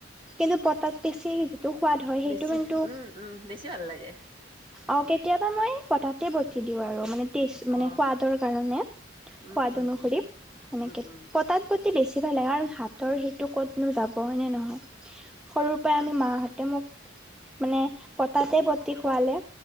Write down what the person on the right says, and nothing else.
বেছি
উম উম বেছি ভাল লাগে
অ
উম
উম
উম
উম উম